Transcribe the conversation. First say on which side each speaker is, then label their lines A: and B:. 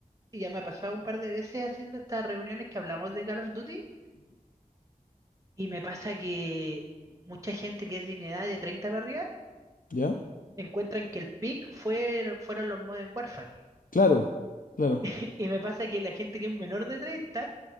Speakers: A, on the right; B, on the left.
A: Y ya me ha pasado un par de veces haciendo estas reuniones que hablamos de Call of Duty y me pasa que mucha gente que es de mi edad de 30 para arriba
B: ¿Ya?
A: encuentran que el pick fue, fueron los Modern Warfare.
B: Claro, claro.
A: <laughs> Y me pasa que la gente que es menor de 30